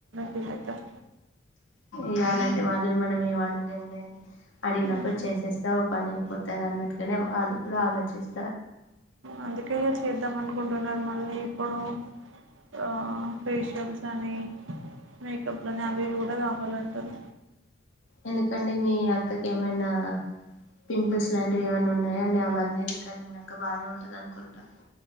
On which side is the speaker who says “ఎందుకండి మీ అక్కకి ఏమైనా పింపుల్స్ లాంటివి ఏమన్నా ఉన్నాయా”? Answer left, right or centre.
Left